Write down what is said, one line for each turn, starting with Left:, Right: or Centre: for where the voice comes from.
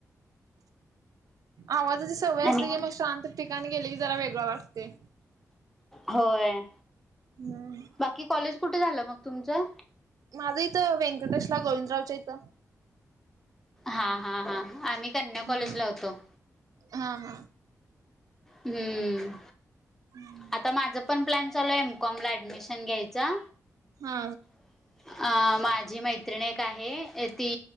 Right: आवाजाची सवय असली
Centre: आणि
Right: की मग शांत ठिकाणी गेली की जरा वेगळं वाटतय.
Centre: होय.
Right: हम्म.
Centre: बाकी कॉलेज कुठे झालं मग तुमचं?
Right: माझं इथं व्यंकटेशला गोविंदरावच्या इथं.
Centre: हा हा हा आम्ही कन्या
Right: हा
Centre: कॉलेज ला होतो.
Right: हा ह.
Centre: हम्म.
Right: हम्. <inaudible>
Centre: आता माझं पण प्लॅन चालू आहे एम कॉम ला ऍडमिशन घ्यायचा.
Right: हा.
Centre: <unintelligible> <inaudible> अ माझी मैत्रिणी एक आहे ती